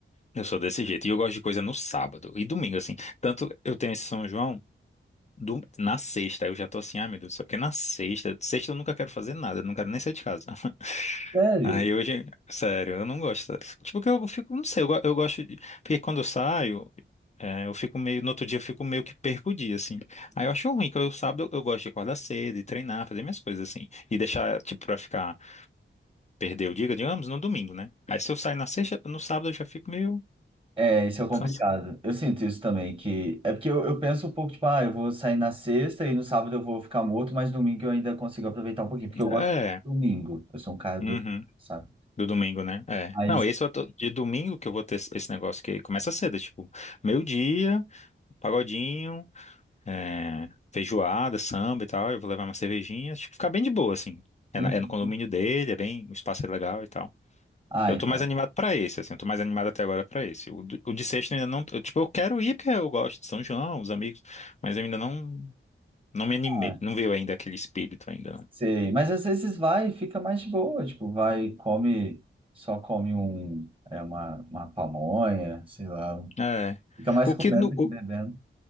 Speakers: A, on the left; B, on the right.
A: Eu sou desse jeito. E eu gosto de coisa no sábado e domingo, assim. Tanto eu tenho esse São João. Do- na sexta, eu já tô assim, ah, meu Deus, só porque na sexta, sexta eu nunca quero fazer nada, eu não quero nem sair de casa. <laughs>
B: Sério?
A: Aí hoje, sério, eu não gosto. Tipo, que eu fico, não sei, eu, go- eu gosto de. Porque quando eu saio, é, eu fico meio. No outro dia eu fico meio que perco o dia, assim. Aí eu acho ruim, que eu sábado eu, gosto de acordar cedo e treinar, fazer minhas coisas, assim. E deixar, tipo, pra ficar, perder o dia, digamos, no domingo, né? Aí se eu sair na sexta, no sábado eu já fico meio
B: É, isso é complicado.
A: cansado.
B: Eu sinto isso também, que é porque eu, eu penso um pouco, tipo, ah, eu vou sair na sexta e no sábado eu vou ficar morto, mas domingo eu ainda consigo aproveitar um pouquinho, porque eu
A: É.
B: gosto do domingo. Eu sou um cara
A: uhum.
B: do, sabe?
A: Do domingo, né? É.
B: Mas,
A: Não, esse eu tô- de domingo que eu vou ter esse esse negócio que começa cedo, é tipo, meio-dia, pagodinho, é, feijoada, samba e tal. Eu vou levar uma cervejinha, tipo, ficar bem de boa, assim. É,
B: Uhum.
A: na- é no condomínio dele, é bem, o espaço é legal e tal.
B: ah,
A: Eu
B: então,
A: tô mais animado pra esse, assim, eu tô mais animado até agora pra esse. O, do- o de sexta eu ainda não, eu, tipo, eu quero ir porque eu gosto de São João, os amigos, mas eu ainda não, não me animei,
B: ah,
A: não veio ainda aquele espírito ainda,
B: sei. Mas às vezes vai e fica mais de boa, tipo, vai, e come, só come um, é, uma, uma pamonha, sei lá.
A: não. É.
B: Fica mais
A: O
B: comendo
A: que no,
B: do que bebendo.